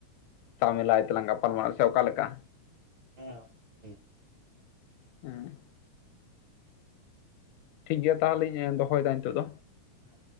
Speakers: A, on the left; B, on the right.
A: ᱥᱟᱢᱮᱞᱟᱭ ᱛᱮ ᱞᱟᱝ ᱜᱟᱯᱟᱞ ᱢᱟᱲᱟᱜ ᱥᱮ ᱚᱠᱟ ᱞᱮᱠᱟ?
B: ᱦᱮᱸ ᱴᱷᱤᱠ
A: ᱦᱩᱸ᱾ ᱴᱷᱤᱠ ᱜᱮᱭᱟ ᱛᱟᱦᱚᱞᱮᱧ ᱫᱚᱦᱚᱭᱮᱫᱟ ᱱᱤᱛᱚᱜ ᱫᱚ᱾
B: ᱦᱮᱸ